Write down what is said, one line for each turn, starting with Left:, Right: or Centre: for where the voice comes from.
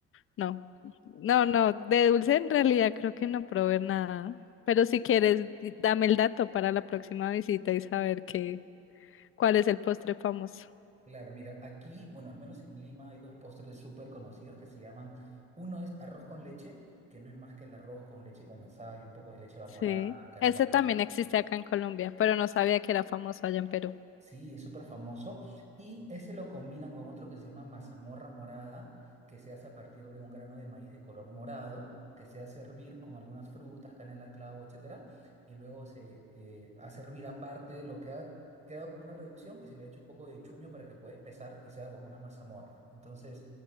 Left: No, no, no, de dulce en realidad creo que no probé nada, pero si quieres, di- dame el dato para la próxima visita y saber qué, cuál es el postre famoso.
Right: Claro, mira, aquí, bueno, al menos en Lima hay dos postres súper conocidos que se llaman, uno es arroz con leche, que no es más que el arroz con leche condensada y un poco de leche evaporada,
Left: Sí,
Right: canela,
Left: ese
Right: clavo.
Left: también existe acá en Colombia, pero no sabía que era famoso allá en Perú.
Right: Sí, es súper famoso. Y ese lo combinan con otro que se llama mazamorra morada, que se hace a partir de un grano de maíz de color morado, que se hace hervir con algunas frutas, canela, clavo, etcétera. Y luego se eh, hace hervir aparte lo que ha quedado como una reducción y se le echa un poco de chuño para que pueda espesar y se haga como una mazamorra. Entonces